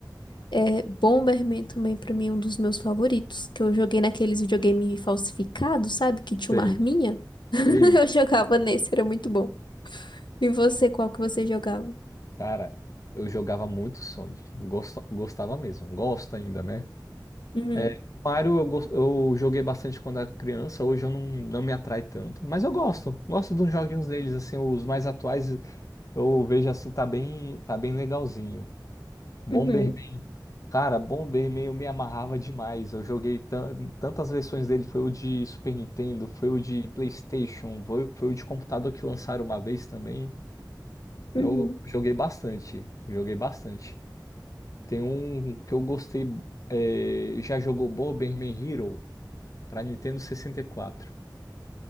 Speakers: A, on the left (about 85°); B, on the left (about 45°).
A: É, Bomberman também, pra mim, é um dos meus favoritos. Que eu joguei naqueles videogame falsificados, sabe? Que tinha
B: sei,
A: uma arminha. <laughs>
B: sei.
A: Eu jogava nesse, era muito bom. E você, qual que você jogava?
B: Cara, eu jogava muito Sonic. Gosta- gostava mesmo. Gosto ainda, né?
A: Uhum,
B: É, Mario eu, gos- eu joguei bastante quando era criança, hoje eu não, não me atrai tanto, mas eu gosto, gosto dos joguinhos deles, assim, os mais atuais Eu vejo assim, tá bem, tá bem legalzinho. Bomberman,
A: uhum,
B: cara, Bomberman eu me amarrava demais. Eu joguei tan- tantas versões dele, foi o de Super Nintendo, foi o de PlayStation, foi, foi o de computador que lançaram uma vez também.
A: uhum.
B: Eu joguei bastante, joguei bastante. Tem um que eu gostei, é, já jogou Bomberman Hero pra Nintendo 64.